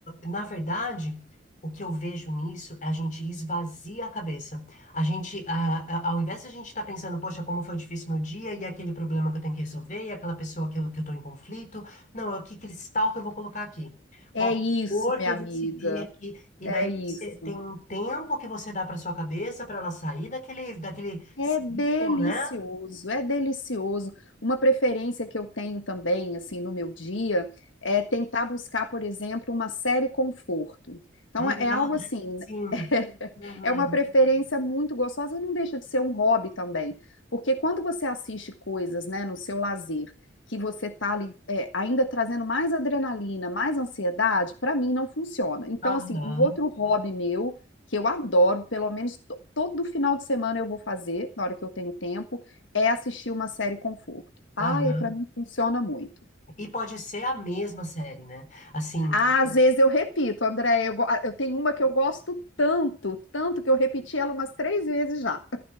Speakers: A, on the left; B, on the left.
A: na verdade, o que eu vejo nisso é a gente esvazia a cabeça. A gente, a, a- ao invés de a gente estar pensando, poxa, como foi difícil meu dia, e aquele problema que eu tenho que resolver, e aquela pessoa que eu, que eu tô em conflito, não, é que cristal que eu vou colocar aqui? Qual
B: É isso,
A: cor
B: minha
A: que eu
B: amiga.
A: vou seguir aqui? E
B: É
A: daí
B: isso.
A: você tem um tempo que você dá para sua cabeça para ela sair daquele, daquele
B: É
A: ciclo,
B: delicioso,
A: né?
B: é delicioso. Uma preferência que eu tenho também, assim, no meu dia, é tentar buscar, por exemplo, uma série conforto. Então,
A: Hum,
B: é é algo
A: ah,
B: assim,
A: sim.
B: <laughs>
A: Uhum.
B: é uma preferência muito gostosa e não deixa de ser um hobby também. Porque quando você assiste coisas, né, no seu lazer, que você tá ali, é, ainda trazendo mais adrenalina, mais ansiedade, para mim não funciona. Então,
A: Aham,
B: assim, um outro hobby meu que eu adoro, pelo menos to- todo final de semana eu vou fazer, na hora que eu tenho tempo, é assistir uma série conforto. Ah,
A: aham.
B: e para mim funciona muito.
A: E pode ser a mesma série, né? Assim,
B: Ah, às vezes eu repito, André, eu, go- ah, eu tenho uma que eu gosto tanto, tanto que eu repeti ela umas três vezes já.